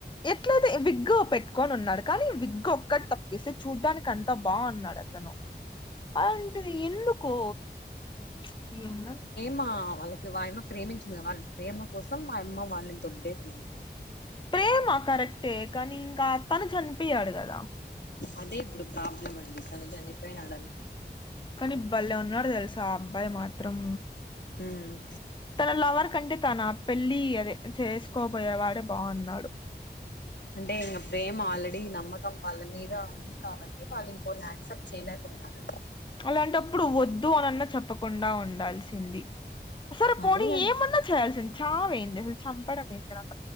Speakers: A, on the left; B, on the left.
A: ఎట్లయితే విగ్ పెట్టుకొని ఉన్నాడు కానీ విగ్ ఒక్కటి తప్పేసి చూడ్డానికి అంతా బాగున్నాడు అతన్ అలాంటి ఎందుకో ప్చ్ ఏందో
B: మా వాళ్ళకి వాయమ ప్రేమించింది వాళ్ళ ప్రేమ కోసం ఆ యమ్మ వాళ్ళని దొబ్బేసియమ్మా
A: ప్రేమ కరెక్టే కానీ ఇంకా తను చనిపోయాడు కదా
B: అదే ఇప్పుడు ప్రాబ్లం అండి తను చనిపోయినడని
A: కానీ బళ్లే ఉన్నాడు తెలుసా ఆ అబ్బాయి మాత్రం
B: ఊమ్
A: తన లవర్ కంటే తన పెళ్లి అదే చేసుకోబోయే వాడే బాగున్నాడు
B: అంటే ఇంక ప్రేమ ఆల్రెడీ నమ్మకం వాళ్ళ మీద ఉంది కాబట్టి వాళ్ళు ఇంకోని యాక్సెప్ట్ చేయలేకున్నారు
A: అలాంటప్పుడు వద్దు అనన్నా చెప్పకుండా ఉండాల్సింది సరే
B: అదేనండి
A: పోనీ ఏమన్నా చేయాల్సింది చావేంది అసలు చంపడం మేంది